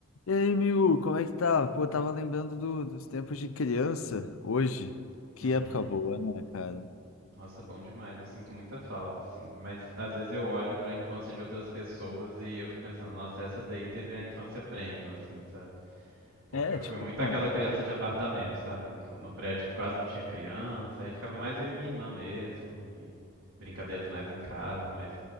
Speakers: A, on the left; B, on the right.
A: E aí, Miu, como é que tá? Pô, tava lembrando do- dos tempos de criança hoje. Que
B: Uhum.
A: época boa, né, cara?
B: Nossa, bom demais. Eu sinto muita falta, assim. Mas às vezes eu olho pra infância de outras pessoas e eu fico pensando, nossa, essa daí teve a infância premium, assim, sabe? Porque
A: É,
B: eu fui
A: tipo,
B: muito
A: quando?
B: aquela criança de apartamento, sabe? No, no prédio que quase não tinha criança, aí ficava mais eu e minha irmã mesmo, e brincadeiras mais em casa, mas